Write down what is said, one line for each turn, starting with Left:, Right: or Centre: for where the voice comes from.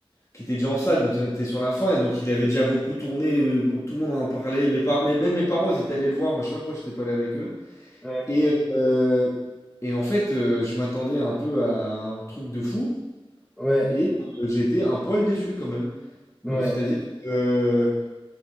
Left: qu'il était déjà en salle, donc c'était sur la fin. Et donc, il avait déjà beaucoup tourné. euh, bon, Tout le monde en parlait. Mes par- mais même mes parents, ils étaient allés le voir. Moi, je sais pas pourquoi j'étais pas allé avec eux.
Centre: ouais,
Left: Et, euh, et en fait, euh, je m'attendais un peu à un truc de fou.
Centre: ouais,
Left: Et euh, j'ai été un poil déçu quand même.
Centre: ouais,
Left: Euh, c'est-à-dire que, euh,